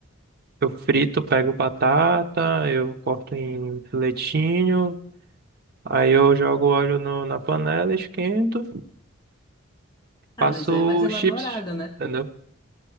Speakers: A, on the right; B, on the left.
A: Eu frito, pego batata, eu corto em filetinho, aí eu jogo óleo no- na panela, esquento,
B: Ah,
A: faço
B: mas é mais elaborado,
A: chips,
B: né, pô?
A: entendeu?